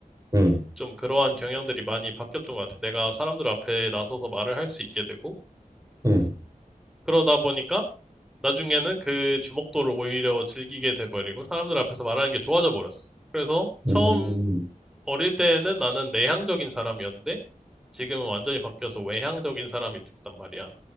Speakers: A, on the right; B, in the centre.
A: 응,
B: 좀 그러한 경향들이 많이 바뀌었던 것 같아. 내가 사람들 앞에 나서서 말을 할 수 있게 되고,
A: 응,
B: 그러다 보니까 나중에는 그 주목도를 오히려 즐기게 돼버리고, 사람들 앞에서 말하는 게 좋아져 버렸어. 그래서 처음
A: 응, 응,
B: 어릴 때는 나는 내향적인 사람이었는데 지금은 완전히 바뀌어서 외향적인 사람이 됐단 말이야.